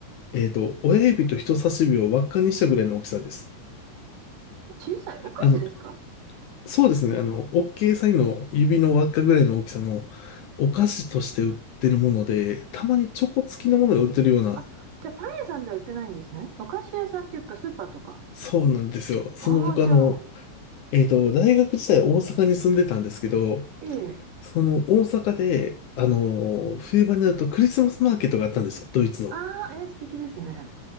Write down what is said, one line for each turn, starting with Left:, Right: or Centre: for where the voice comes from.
Left: えっと、親指と人差し指を輪っかにしたぐらいの大きさです。
Right: ち、え小さい。お菓子ですか
Left: あの、そうですね、あの、OK サインの指の輪っかぐらいの大きさのお菓子として売ってるもので、たまにチョコ付きのものが売ってるような、
Right: あ、じゃあパン屋さんでは売ってないんですね。お菓子屋さんっていうかスーパーとか。
Left: そうなんですよ。その僕あの、
Right: ああ、じゃあ、
Left: えっと、大学時代大阪に住んでたんですけど、
Right: ええ。
Left: その大阪で、あの冬場になるとクリスマスマーケットがあったんですよ、ドイツの。
Right: ああ、ええ、素敵ですね。